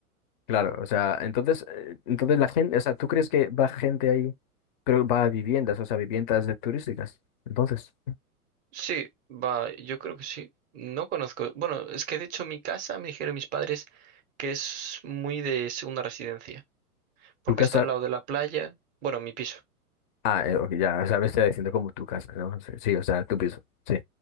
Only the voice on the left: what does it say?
Claro, o sea, entonces, eh, entonces la gente, o sea, ¿tú crees que va gente ahí? Pero va a viviendas, o sea, viviendas de turísticas. Entonces.
¿Tu casa?
Ah, eh, ok, ya, o sea, me está diciendo como tu casa, ¿no? Sí, sí, o sea, tu piso. Sí,